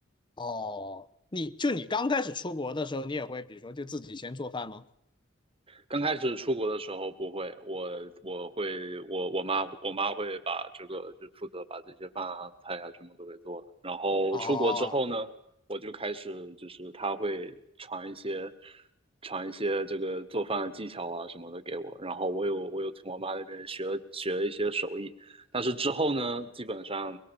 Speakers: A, on the left; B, on the right.
A: 哦，你就你刚开始出国的时候，你也会比如说就自己先做饭吗？
B: 刚开始出国的时候不会，我我会我我妈我妈会把这个就负责把这些饭啊菜啊全部都给做了。然后出国之后呢，
A: 哦，
B: 我就开始就是她会传一些传一些这个做饭的技巧啊什么的给我。然后我有我有从我妈那边学了学了一些手艺，但是之后呢，基本上